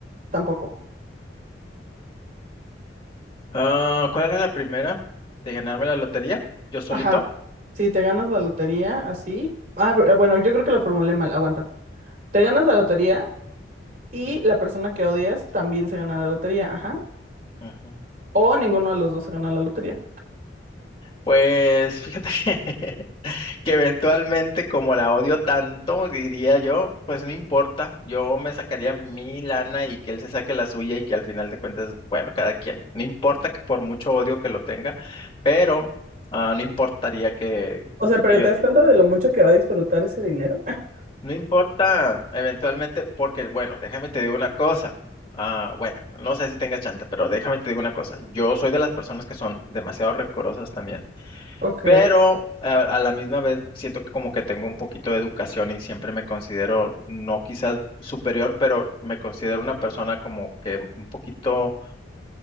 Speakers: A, on the right; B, on the left.
A: tampoco.
B: Ah, ¿cuál es la primera de ganarme la lotería? ¿Yo solito?
A: Ajá. Si te ganas la lotería, así. Ah, pero, bueno, yo creo que la formulé mal, aguanta. Te ganas la lotería y la persona que odias también se gana la lotería, ajá.
B: Ujú.
A: O ninguno de los dos se gana la lotería.
B: Pues fíjate que, <laughs> que eventualmente como la odio tanto, diría yo, pues no importa, yo me sacaría mi lana y que él se saque la suya y que al final de cuentas, bueno, cada quien, no importa que por mucho odio que lo tenga, pero ah, no importaría que,
A: O sea, pero
B: que yo,
A: ¿te das cuenta de lo mucho que va a disfrutar ese dinero? <laughs>
B: No importa, eventualmente, porque, bueno, déjame te digo una cosa. Ah, bueno, no sé si tengas chanta, pero déjame te digo una cosa. Yo soy de las personas que son demasiado rencorosas también,
A: Ok,
B: pero a, a la misma vez siento que como que tengo un poquito de educación y siempre me considero, no quizás superior, pero me considero una persona como que un poquito,